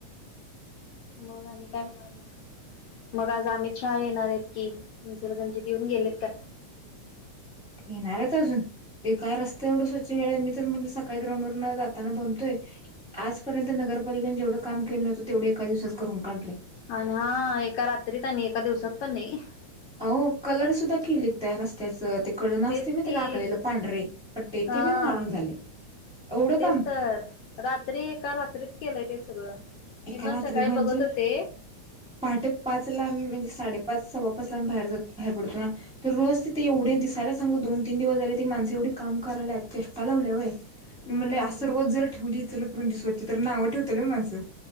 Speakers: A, on the left; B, in the centre.
A: मग आणि आणि काय म्हणत. मग आज अमित शहा येणार आहेत की इचलकरंजीत येऊन गेलेत काय?
B: येेणारेत अजून ते काय रस्त एवढं स्वच्छ केलाय मी तर म सकाळी ग्राउंड वर जाताना बघतोय आजपर्यंत नगर नगरपालिकेने जेवढं काम केलं नाही तेवढं एका दिवसातून करून काढलंय.
A: आणि हा एका रात्रीत आणि एका दिवसात पण नाही.
B: हो कलर सुद्धा केलेत त्या रस्त्याच ते कडेने असतय
A: तेच
B: माहित
A: की
B: आहे काय आखलेले पांढरे पट्टे
A: हा
B: ते पण मारून झाले. एवढं
A: तेच
B: काम
A: तर रात्री एका रात्रीत केलंय ते सगळं. मी
B: एका
A: पण
B: रात्रीत
A: सकाळी
B: म्हणजे
A: बघत होते
B: पहाटे पाच लाम्ही म्हणजे साडेपाच सव्वापाचला आम्ही बाहेर जातो बाहेर पडतो ना तर रोज तिथे एवढे दिसत. त्याला सांग दोन तीन दिवस झाले ती माणस एवढी काम कराय चेष्टा लावल्या वय.
A: हम्म
B: मी म्हणल असं रोज जर ठेवली इचलकरंजी स्वच्छ तर नावं ठेवतलंय होय माणसं.